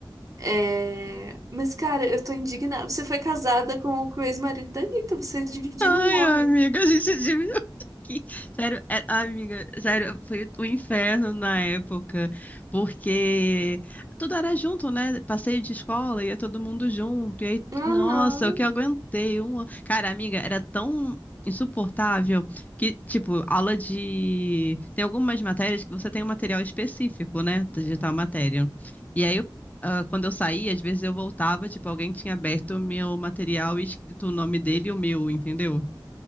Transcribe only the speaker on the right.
É, Mas, cara, eu tô indignada. Você foi casada com, com o ex-marido da Anitta, vocês dividiram
um homem.
Aham,